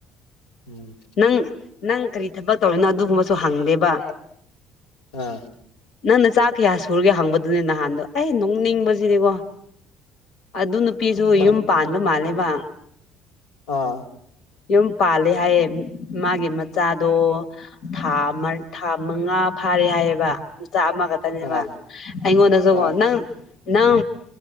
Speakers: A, on the left (about 90°); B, on the left (about 75°).
A: ꯎꯝ
B: ꯅꯪ ꯅꯪ ꯀꯔꯤ ꯊꯕꯛ ꯇꯧꯔꯤꯅꯣ ꯑꯗꯨꯒꯨꯝꯕꯁꯨ ꯍꯪꯗꯦꯕ
A: ꯑꯥ
B: ꯅꯪꯅ ꯆꯥꯛ ꯀꯌꯥ ꯁꯨꯔꯒꯦ ꯍꯪꯕꯗꯨꯅꯦ ꯅꯍꯥꯟꯗꯣ ꯑꯩ ꯅꯣꯡꯅꯤꯡꯕꯁꯤꯅꯦꯕꯣ ꯑꯗꯨ ꯅꯨꯄꯤꯁꯨ
A: ꯀꯔꯤ
B: ꯌꯨꯝ ꯄꯥꯟꯕ ꯃꯥꯜꯂꯦꯕ
A: ꯑꯥ
B: ꯌꯨꯝ ꯄꯥꯂꯦ ꯍꯥꯏꯌꯦ ꯃꯥꯒꯤ ꯃꯆꯥꯗꯣ ꯊꯥ ꯊꯥ ꯃꯉꯥ ꯐꯥꯔꯦ ꯍꯥꯏꯌꯦꯕ ꯆꯥ ꯑꯃ ꯈꯛꯇꯅꯦꯕ
A: ꯑꯥ
B: ꯑꯩꯉꯣꯟꯗꯁꯨꯀꯣ
A: ꯑꯥ
B: ꯅꯪ ꯅꯪ